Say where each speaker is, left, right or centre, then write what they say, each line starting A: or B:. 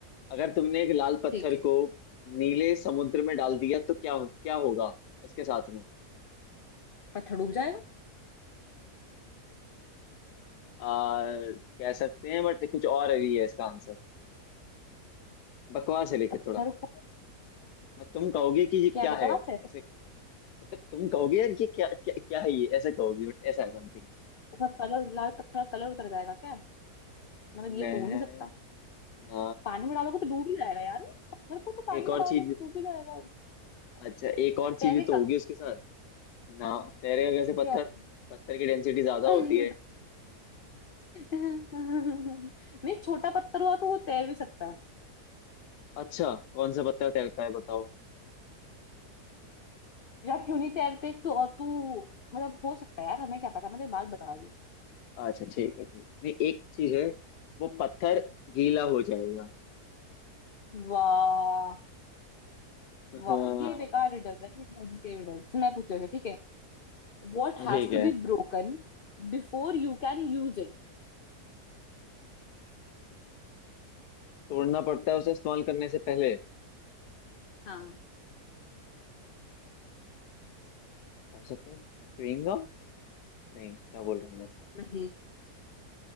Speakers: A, on the left; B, on the left.
A: अगर तुमने एक लाल पत्थर
B: ठीक है
A: को नीले समुद्र में डाल दिया तो क्या क्या होगा उसके साथ में
B: पत्थर डूब जाएगा
A: आ, कह सकते हैं बट कुछ और भी है इसका आंसर बकवास है लेकिन
B: पत्थर
A: थोड़ा
B: ऊपर-
A: मैं तुम कहोगे कि ये
B: क्या
A: क्या
B: बकवास
A: है
B: है
A: ऐसे मतलब तुम कहोगे यार ये क्या क्या, क्या है ये ऐसा कहोगी बट ऐसा है समथिंग
B: उसका कलर लाल पत्थर का कलर उतर जाएगा क्या मतलब
A: मैं
B: ये तो हो नहीं सकता
A: ना
B: पानी में डालोगे तो डूब ही जाएगा यार पत्थर को तो पानी
A: एक
B: में
A: और
B: डालोगे
A: चीज
B: तो डूब ही जाएगा और
A: अच्छा एक और चीज
B: तैरेगा
A: भी तो होगी उसके साथ ना तैरेगा कैसे पत्थर
B: क्या होगा
A: पत्थर की डेंसिटी ज्यादा
B: <laughs>
A: होती है
B: नहीं छोटा पत्थर हुआ तो वो तैर भी सकता है
A: अच्छा कौन सा पत्थर तैरता है बताओ
B: यार क्यों नहीं तैरते तो और तू मतलब हो सकता है यार हमें क्या पता मैं तेरी बात बता रही
A: अच्छा ठीक है ठीक नहीं एक चीज है वो पत्थर गीला हो जाएगा
B: हूँ। वाह
A: हाँ
B: वाह ये बेकार रिडल है ये dumb के riddle। चल, मैं पूछ रही हूँ, ठीक है What
A: ठीक
B: has to
A: है
B: be broken before you can use it
A: तोड़ना पड़ता है उसे इस्तेमाल करने से पहले
B: हाँ
A: क्या हो सकता है chewing gum? नहीं क्या बोल रहा हूँ मैं
B: नहीं